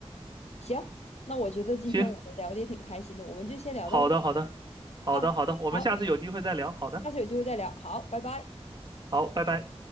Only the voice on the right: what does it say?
行，
好的好的，好的好的，
我们下次有机会再聊。
好的，
好，拜拜。